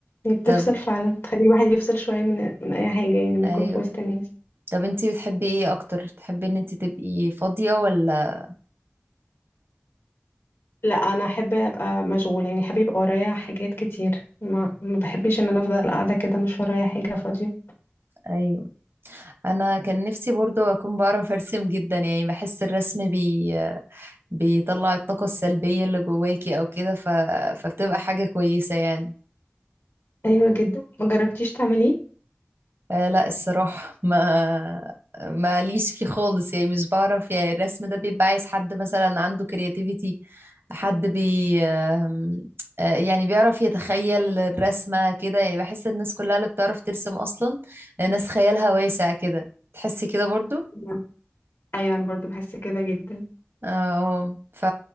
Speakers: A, on the left; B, on the right.
A: هي بتفصل
B: طب
A: فعلا تخلي الواحد يفصل شويه من من اي حاجه يعني لما
B: ايوه
A: يكون في وسط الناس
B: طب انتي بتحبي ايه اكتر تحبي ان انتي تبقي فاضية ولا
A: لا انا احب ابقى مشغوله يعني احب يبقى ورايا حاجات كتير ما ما بحبش ان انا افضل قاعده كده مش ورايا حاجه فاضيه
B: ايوه انا كان نفسي برضه اكون بعرف ارسم جدا يعني بحس الرسم بي... بيطلع الطاقة السلبية اللي جواكي او كده ف... فبتبقى حاجة كويسة يعني
A: ايوه جدا ما جربتيش تعمليه
B: آه لا الصراحة ما ما ليش فيه خالص يعني مش بعرف يعني الرسم ده بيبقى عايز حد مثلا عنده كرياتيفيتي حد بي آم، آه، يعني بيعرف يتخيل الرسمة كده يعني بحس الناس كلها اللي بتعرف ترسم أصلا آه، ناس خيالها واسع كده تحسي كده برضو
A: نعم. ايوه انا برضو بحس كده جدا
B: اه ف...